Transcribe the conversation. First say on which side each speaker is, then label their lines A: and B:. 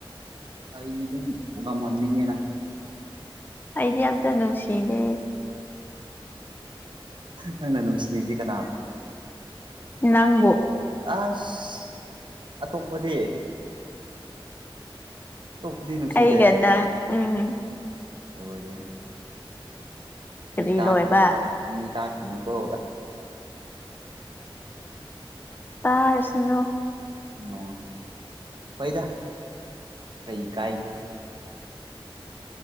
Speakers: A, on the right; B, on the left.
A: ꯑꯩꯗꯤ ꯑꯗꯨꯝ ꯉꯝꯍꯟꯅꯤꯡꯉꯦꯅꯅꯤꯅ
B: ꯑꯩꯗꯤ ꯌꯥꯝ ꯇꯅꯅꯨꯡꯁꯤꯗꯦ
A: ꯅꯪꯅ ꯅꯨꯡꯁꯤꯗꯤ ꯀꯅꯥ
B: ꯅꯪꯕꯨ
A: ꯑꯁ ꯑꯇꯣꯞꯄꯗꯤ ꯇꯣꯞꯄꯨꯗꯤ ꯅꯨꯡꯁꯤꯗꯦ
B: ꯑꯩꯒ
A: ꯑ
B: ꯅꯪ ꯎꯝ
A: ꯗꯣꯏꯔꯦ
B: ꯀꯔꯤ
A: ꯃꯤ ꯇꯈꯅꯤ
B: ꯂꯣꯏꯕ
A: ꯃꯤ ꯆꯅꯤꯀꯣ
B: ꯇꯥꯔꯁꯤꯅꯣ
A: ꯑꯣ ꯐꯩꯗ ꯀꯩ ꯀꯥꯏꯒ